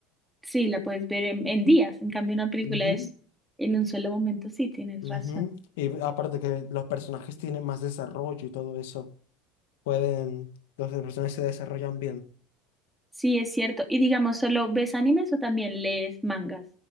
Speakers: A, in the centre; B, on the left (about 80°).
A: Sí, la puedes ver en, en días. En cambio, una película
B: Ujú,
A: es en un solo momento. Sí, tienes
B: ujú.
A: razón.
B: Y aparte que los personajes tienen más desarrollo y todo eso, pueden, los personajes se desarrollan bien.
A: Sí, es cierto. Y digamos, ¿solo ves animes o también lees mangas?